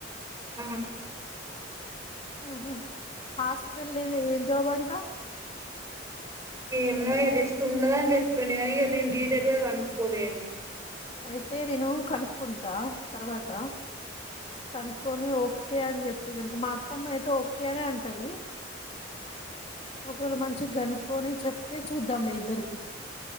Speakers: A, on the right; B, on the left.
A: ఆ
B: ఆహ హాస్పిటల్ ఇది ఏం జాబ్ అంటా
A: ఏమోయ జెస్ట్ ఉండదని చెప్పిండు కానీ ఇక నేను డీటెయిల్ గా కనుక్కోలేదు
B: అయితే నేను కనుక్కుంటా తర్వాత కనుక్కొని ఓకే అని చెప్పిందనుకొ మా అత్తమ్మ అయితే ఓకే అనే అంటది ఒకవేళ మంచి కనుక్కొని చెప్తే చూద్దాంలే ఇద్దరికి